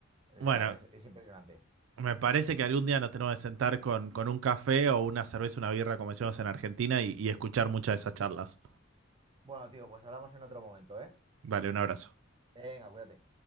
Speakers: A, on the right (about 25°); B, on the right (about 70°).
A: o
B: Bueno,
A: sea, es, es impresionante.
B: Me parece que algún día nos tenemos que sentar con, con un café o una cerveza, una birra, como decimos en Argentina, y, y escuchar muchas de esas charlas.
A: Bueno, tío, pues hablamos en otro momento, ¿eh?
B: Dale, un abrazo.
A: Venga, cuídate.